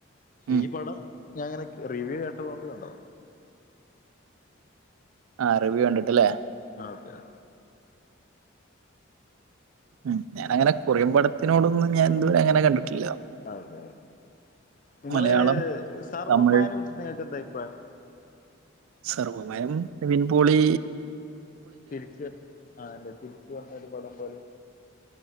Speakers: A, on the left (about 40°); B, on the right (about 85°).
A: പക്ഷെ
B: ഉം.
A: ഈ പടം ഞാനങ്ങനെ റിവ്യൂ കേട്ടതുകൊണ്ട് കണ്ടതാ
B: ആഹ് റിവ്യൂ കണ്ടിട്ടല്ലേ
A: ആഹ് ഓക്കേ ഓക്കേ
B: ഉം ഞാനങ്ങനെ കൊറിയൻ പടത്തിനോടൊന്നും ഞാൻതുവരെ അങ്ങനെ കണ്ടിട്ടില്ല.
A: അതെതെ നിങ്ങള്
B: മലയാളം
A: സർവമ്മായെനെ
B: തമിഴ്
A: കുറിച്ച് നിങ്ങൾക്കെന്താ അഭിപ്രായം.
B: സർവമയം നിവിൻപോളി.
A: തിരിച്ച് ആ അനെതിരിച്ച് വന്നൊരു പടം പോലെ.